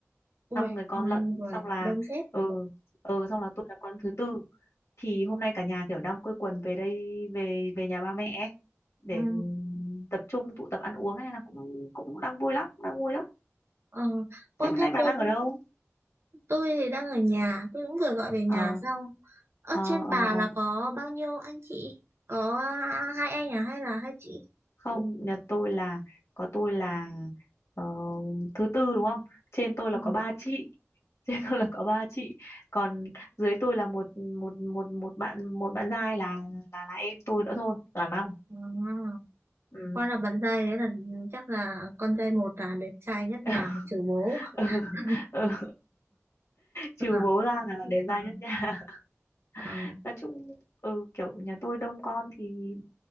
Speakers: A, on the right (about 55°); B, on the left (about 70°).
A: Ui,
B: năm người con
A: bao
B: lận
A: nhiêu người?
B: xong là
A: Đông xếp.
B: ờ ờ xong là tôi là con thứ tư thì hôm nay cả nhà kiểu đang quây quần về đây về về nhà ba mẹ ấy, để
A: ừ,
B: tập trung tụ tập ăn uống ấy, nên là cũng cũng đang vui lắm đang vui lắm
A: ờ, ô
B: thế hôm
A: thế
B: nay bà
A: tên
B: đang ở đâu
A: tôi thì đang ở nhà, tôi cũng vừa gọi về nhà
B: ờ
A: xong. Ở
B: ờ
A: trên
B: ờ
A: bà
B: ờ.
A: là có bao nhiêu anh chị? Có à, hai anh à hay là hai chị?
B: không nhà tôi là có tôi là ờ, thứ tư đúng không trên tôi là
A: Ừ.
B: có ba chị <laughs> trên tôi là có ba chị còn dưới tôi là một một một một bạn một bạn giai là là là em tôi nữa thôi là năm
A: À,
B: ừ.
A: con là bạn trai đấy là chắc là con trai một là đẹp trai nhất
B: <laughs>
A: nhà trừ bố.
B: ừ.
A: <laughs>
B: ừ. trừ
A: À,
B: bố ra là để giai
A: à,
B: nhất nhà
A: à,
B: <laughs> nói chung ừ, kiểu nhà tôi đông con thì